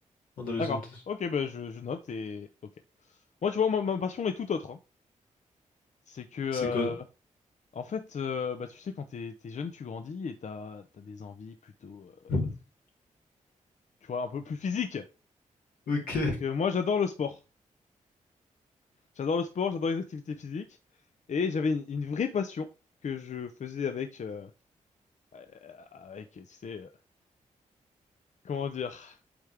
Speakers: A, on the left; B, on the left.
A: Andalousie,
B: D'accord.
A: Andalousie.
B: Ok, bah je, je note et ok. Moi, tu vois, ma, ma passion est tout autre. hein. C'est que euh,
A: C'est quoi?
B: en fait, euh, bah tu sais, quand t'es t'es jeune, tu grandis et t'as t'as des envies plutôt, euh,
A: <laughs>
B: tu vois, un peu plus physiques.
A: Ok.
B: Donc euh, moi, j'adore le sport. J'adore le sport, j'adore les activités physiques. Et j'avais une, une vraie passion que je faisais avec, euh, euh, avec, tu sais, euh, comment dire,